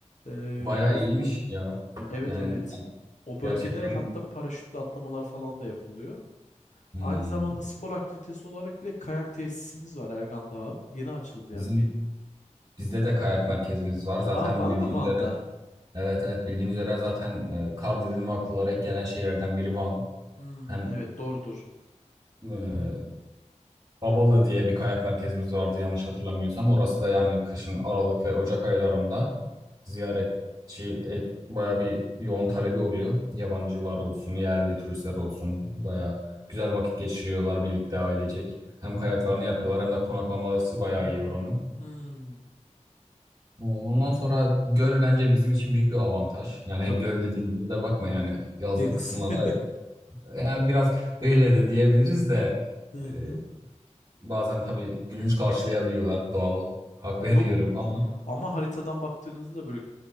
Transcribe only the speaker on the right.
bayağı
iyiymiş ya.
Yani
gerçekten
hmm,
bizim
bizde de kayak merkezimiz var. Zaten
bildiğiniz
üzere evet evet bildiğiniz üzere zaten e, kar dediğim ve akıllara ilk gelen şeylerden biri Van.
Hem
e, Babalı diye bir kayak merkezimiz vardı yanlış hatırlamıyorsam. Orası da yani kışın Aralık ve Ocak aylarında ziyaretçi e, baya bir yoğun talebi oluyor. Yabancılar olsun, yerli turistler olsun baya güzel vakit geçiriyorlar birlikte ailecek. Hem kayaklarını yapıyorlar hem de konaklamaları bayağı iyi oranın.
Ondan sonra göl bence bizim için büyük bir avantaj. Yani
göl dediğimizde de bakma yani yazlık
kısımlara
yani biraz öyle de diyebiliriz de
e,
bazen tabii gülünç karşılayabiliyorlar. Doğal. Hak <laughs> veriyorum
ama